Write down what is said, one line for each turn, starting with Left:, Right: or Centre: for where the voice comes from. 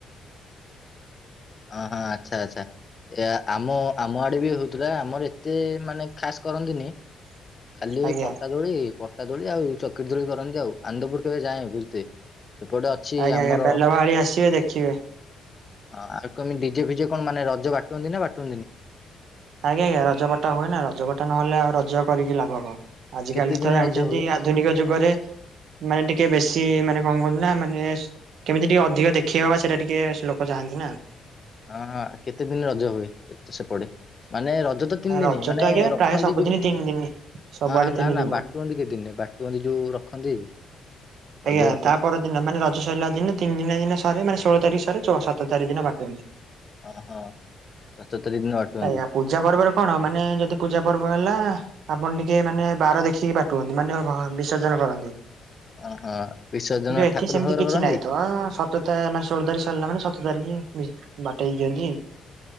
Left: ଅ ହଁ ଆଛା ଆଛା ଏ ଆମ ଆମ ଆଡେ ବି ହୋ ଆମର ଏତେ ମାନେ ଖାସ୍ କରନ୍ତିନି। ଖାଲି
Right: ଆଜ୍ଞା
Left: ପଟା ଦୋଳି ପ ପଟା ଦୋଳି ଆଉ ଚକିରି ଦୋଳି କରନ୍ତି ଆଉ। ଆନନ୍ଦପୁର କେବେ ଯାଏ ବୁଲିଥେ। ସେପଟେ ଅଛି
Right: ଆଜ୍ଞା
Left: ଆମର
Right: ଆଜ୍ଞା ବେଲ ମାଳି ଆସିବେ ଦେଖିବେ।
Left: ଆଉ କେମି ଡିଜେ ଫିଜେ କଣ ମାନେ ରଜ ବାଟନ୍ତି ନା ବାଟନ୍ତିନି?
Right: ଆଜ୍ଞା ଆଜ୍ଞା ରଜ ବଟା ହୁଏ ନା। ରଜବଟା ନହେଲେ ଆଉ ରଜ କରିକି ଲାଭ କଣ। ଆଜିିକାଲି
Left: କେତେ ଦିନ
Right: ତ ଜାଣିଛନ୍ତି
Left: ରଜ ହୁଏ?
Right: ଆଧୁନିକ ଯୁଗରେ ମାନେ ଟିକେ ବେଶୀ ମାନେ କଣ କଅନ୍ତି ନା ମାନେ କେମିତି ଟିକେ ଅଧିକ ଦେଖେଇ ହବା ସେଇଟା ଟିକେ ଲୋକ ଚାହାନ୍ତିନାଁ।
Left: ହଁ ହଁ କେତେ ଦିନ ରଜ ହୁଏ ତ ସେପଟେ? ମାନେ ରଜ ତ ତିନି ଦିନ
Right: ରଜ
Left: ମାନେ
Right: ତ ଆଜ୍ଞା
Left: ରଖନ୍ତି
Right: ପ୍ରାୟ ସବୁଦିନ
Left: ଯୋଉ ଅ
Right: ତିନି ଦିନ। ସବୁଆଡେ
Left: ହ
Right: ତିନି
Left: ନା
Right: ଦିନ
Left: ନା
Right: ହୁଏ।
Left: ବା <unintelligible> ବାଟୁନ୍ତି ଯୋଉ ରଖନ୍ତି। ରଜ
Right: ଆଜ୍ଞା
Left: ବାଟୁଅ
Right: ତାପର ଦିନ ମାନେ ରଜ ସଇଲା ଦିନ ତିନି ଦିନା ଦିନ ସରେ ମାନେ ଷୋଳ ତାରିଖ ସରେ ସତର ତାରିଖ ଦିନ ବାଟନ୍ତି।
Left: ଓ ହଁ ସତର ତରିଖ ଦିନ ବାଟନ୍ତି।
Right: ଆଜ୍ଞା ପୂଜା ପର୍ବରେ କଣ ମାନେ ଯଦି ପୂଜା ପର୍ବ ହେଲା ଆପଣ ଟିକେ ମାନେ ବାର ଦେଖିକି ବାଟୁଅନ୍ତି ମାନେ ହ ବିସର୍ଜନ କରନ୍ତି।
Left: ଓହୋ ବିସର୍ଜନ
Right: କିନ୍ତୁ ଏଠି
Left: ଠାକୁର
Right: ସେମତି
Left: ଫାକୁର
Right: କିଛି
Left: କରନ୍ତି?
Right: ନାହିଁ ତ ସ ସତ ମାନେ ଷୋଳ ତାରିଖ ସାରିଲା ମାନେ ସତର ତାରିଖ ବି ବାଟେଇ ଦିଅନ୍ତି।